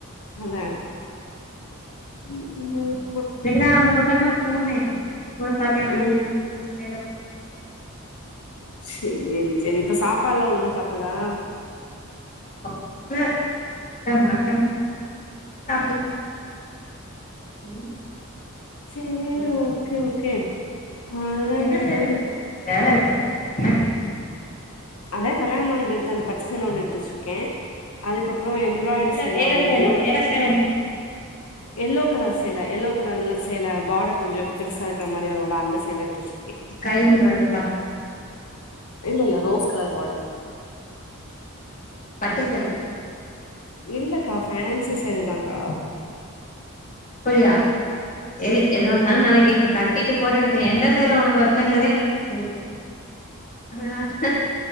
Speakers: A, on the left; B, on the left.
A: அதா <inaudible>
B: வேகிதா அந்த பக்கோந்தா போனேன் உங்கள பாத்தேன் வண்டி
A: ம்
B: வண்டிச்சு வேல உ
A: சேரி செரி இப்போ சாப்பாடுலா ஒழுங்கா சாப்புடுதா
B: <unintelligible> உம்
A: சேர்
B: உஹ
A: சேர் ஓகே அதா
B: என்ன
A: வேற
B: சேல
A: எது
B: எடுத்து வச்சிருக்க கட் என்னக்
A: அதே கல்யாண நாளுக்கு எடுத்து அந்த பச்ச சேல ஒண்ணு எடுத்து வச்சிருக்கேன் அதுக்கப்புறம் எம்ப்ராய்டரி
B: இல்ல
A: செய்ல
B: வேற
A: ஒரு
B: சேல
A: எல்லோ கலர்
B: வேற சேல என்ன
A: எல்லோ கலர் சேலை எல்லோ கலர்ல சேல பாடர் கொஞ்சம் பெருசா இருக்கிற மாரி வரும்ள அந்த சேல
B: ஸ்கைபுளு
A: ம்
B: கலர்ல பாத்தே
A: இல்லல்ல ரோஸ் கலர் பாடர்
B: பட்டு சேலயாக்கா
A: இல்லக்கா ஃபேன்சு சரிதாங்கா
B: அப்படியா சேரி எதுவாந்தாலு நாளைக்கு கட்டிட்டு ஃபோட்டோ எடுத்தங்க எந்த சேல உனக்கு வச்சுங்கறதே எனக்கு மறந்து போச்சு அ ஹ